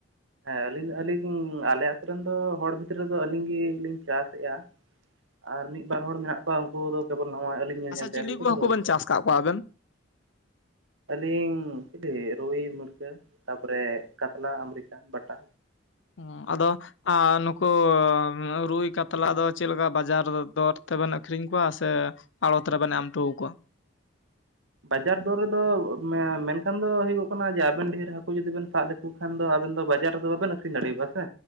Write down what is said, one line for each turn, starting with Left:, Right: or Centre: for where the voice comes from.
Right: ᱦᱮᱸ ᱟᱹᱞᱤᱧ ᱟᱹᱞᱤᱧ ᱟᱞᱮ ᱟᱛᱳ ᱨᱮᱱ ᱫᱚ ᱦᱚᱲ ᱵᱷᱤᱛᱨᱤ ᱫᱚ ᱟᱹᱞᱤᱧ ᱜᱮᱞᱤᱧ ᱪᱟᱥᱮᱫᱼᱟ᱾ ᱟᱨ ᱢᱤᱫ ᱵᱟᱨ ᱦᱚᱲ ᱢᱮᱱᱟᱜ ᱠᱚᱣᱟ ᱩᱱᱠᱩ ᱫᱚ ᱠᱮᱵᱚᱞ ᱱᱟᱣᱟ ᱟᱹᱞᱤᱧ ᱧᱮᱞ
Left: ᱟᱪᱪᱷᱟ
Right: ᱧᱮᱞ ᱛᱮ
Left: ᱪᱤᱞᱤ
Right: ᱟᱨᱠᱤ ᱠᱚ ᱫᱷᱩᱨᱟᱹᱣ
Left: ᱦᱟᱹᱠᱩ ᱵᱮᱱ
Right: ᱠᱟᱱᱟ᱾
Left: ᱪᱟᱥ ᱠᱟᱜ ᱠᱚᱣᱟ ᱟᱵᱮᱱ
Right: ᱟᱹᱞᱤᱧ ᱪᱤᱞᱤ ᱨᱩᱭ ᱢᱩᱨᱠᱟᱹ ᱛᱟᱯᱚᱨᱮ ᱠᱟᱛᱞᱟ ᱟᱢᱨᱤᱠᱟᱱ ᱵᱟᱴᱟ
Left: ᱚᱸ ᱟᱫᱚ ᱱᱩᱠᱩ ᱨᱩᱭ ᱠᱟᱛᱞᱟ ᱫᱚ ᱪᱮᱫ ᱞᱮᱠᱟ ᱵᱟᱡᱟᱨ ᱫᱚᱨ ᱛᱮᱵᱮᱱ ᱟᱹᱠᱷᱨᱤᱧ ᱠᱚᱣᱟ ᱥᱮ ᱟᱲᱚᱛ ᱨᱮᱵᱮᱱ ᱮᱢ ᱩᱴᱩᱣ ᱠᱚᱣᱟ
Right: ᱵᱟᱡᱟᱨ ᱫᱚᱨ ᱨᱮᱫᱚ ᱢᱮᱱᱠᱷᱟᱱ ᱫᱚ ᱦᱩᱭᱩᱜᱚᱜ ᱠᱟᱱᱟ ᱡᱮ ᱟᱵᱮᱱ ᱰᱷᱮᱨ ᱦᱟᱹᱠᱩ ᱡᱩᱫᱤ ᱵᱮᱱ ᱥᱟᱵ ᱞᱮᱠᱚ ᱠᱷᱟᱱ ᱫᱚ ᱟᱵᱮᱱ ᱫᱚ ᱵᱟᱡᱟᱨ ᱨᱮᱫᱚ ᱵᱟᱵᱮᱱ ᱟᱹᱠᱷᱨᱤᱧ ᱫᱟᱲᱮᱭᱟᱣᱟ ᱥᱮ